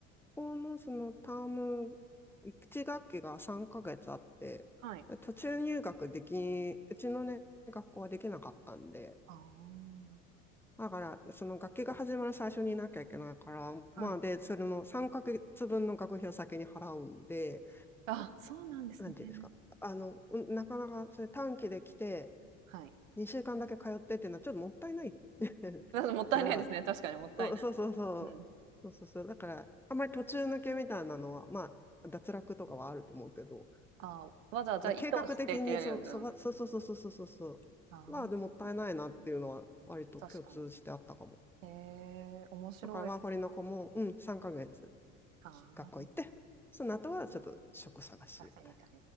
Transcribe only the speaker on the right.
はい。
あ
あ。はい。
あ、そうなんですね。
はい。
だってもったいないですね。
確かにもったいない。
うん。
ああ、わざわざ意図してっていうよりは、
うん、
ああ、
確かに。へえ、面白い。
ああ、
写真みたい